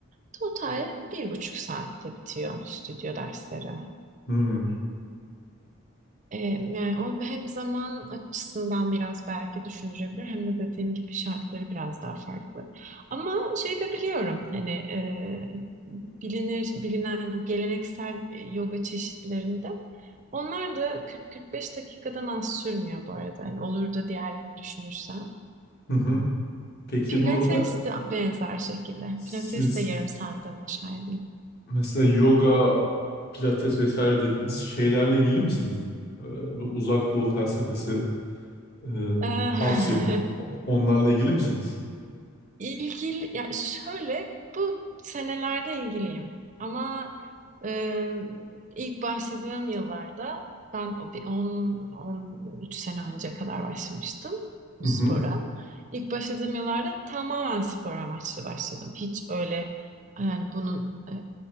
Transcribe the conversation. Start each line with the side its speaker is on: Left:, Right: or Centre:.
Right: Total bir buçuk saatte bitiyor stüdyo dersleri.
Left: Hı
Right: Ee, yani o hem zaman açısından biraz belki düşündürebilir hem de dediğim gibi şartları biraz daha farklı. Ama şey de biliyorum hani e, bilinir bilinen bu geleneksel e, yoga çeşitlerinde onlar da 40-45 dakikadan az sürmüyor bu arada. Hani olur da diğerlerini düşünürsem.
Left: hı. hı. Peki
Right: Pilates
Left: bu me-
Right: de benzer şekilde.
Left: siz
Right: Pilates de yarım saatten aşağı değil.
Left: mesela yoga, pilates vesaire dediniz. Şeylerle ilgili misiniz? Ee, bu uzak doğu felsefesi, e,
Right: <laughs>
Left: Asya. O- Onlarla ilgili misiniz?
Right: İlgili, ya şöyle bu senelerde ilgiliyim ama e, ilk başladığım yıllarda ben o bir 10-13 sene önce kadar başlamıştım bu
Left: Hı hı.
Right: spora. İlk başladığım yıllarda tamamen spor amaçlı başladım. Hiç öyle yani bunun e,